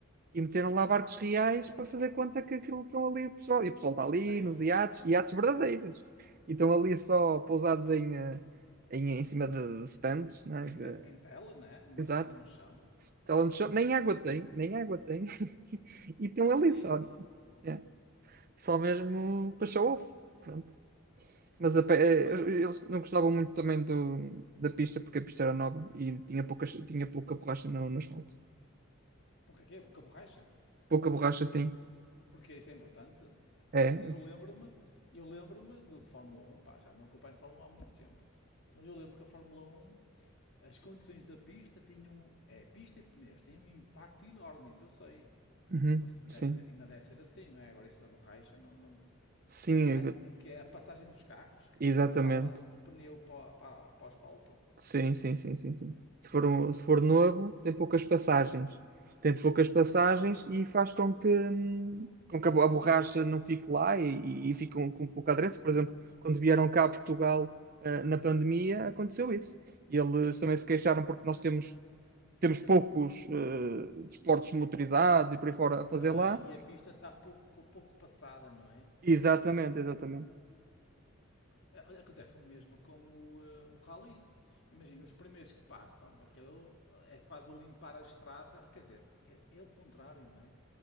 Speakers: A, on the right (about 45°); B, on the left (about 60°).
A: e meteram lá barcos reais para fazer conta que aquilo estão ali o pessoal. E o pessoal está ali
B: Ei,
A: nos iates, iates verdadeiros. E estão ali só pousados em, eh, em, em cima de stands, né?
B: em,
A: de-
B: te- em tela, né? Numa
A: exato.
B: tela no chão.
A: Talent show. Nem água tem, nem água tem. <laughs> E estão ali
B: <laughs> Ei.
A: só. é, Só mesmo para show off. Pronto. Mas a pe- eh,
B: Olha,
A: eles
B: mas
A: eles não gostavam muito também do, da pista, porque a pista era nova e tinha pouca, tinha pouca borracha no, no asfalto.
B: porquê quê? Porque a borracha?
A: Pouca borracha, sim.
B: Porque isso é importante.
A: É.
B: É assim, eu lembro-me, eu lembro-me de Fórmula Um pá, já não acompanho Fórmula Um há muito tempo. Mas eu lembro que a Fórmula um as condições da pista tinham. um, É, pista e pneus têm um impacto enorme, isso eu sei.
A: Uhum,
B: Porque deve
A: Sim.
B: ser, ainda deve ser assim, não é? Agora isso borracha não. não-
A: Sim,
B: Porque há- o que é? A passagem dos carros que
A: Exatamente.
B: passa o pneu para, para, para o asfalto?
A: Sim, sim, sim, sim, sim. Se for, um- se for novo, tem poucas passagens. Tem poucas passagens e faz com que, hum, com que a bo- a borracha não fique lá e, e fique com, com pouca aderência. Por exemplo, quando vieram cá a Portugal, ah, na pandemia, aconteceu isso. E eles também se queixaram porque nós temos, temos poucos, eh, desportos motorizados e por aí fora
B: Ok,
A: a fazer lá.
B: e a pista está pouco, pouco passada, não é?
A: Exatamente, exatamente.
B: É, olha, Acontece o mesmo com o, eh, o rally. Imagina, os primeiros que passam, aquilo é quase o limpar a estrada, quer dizer, é, é o contrário, não é?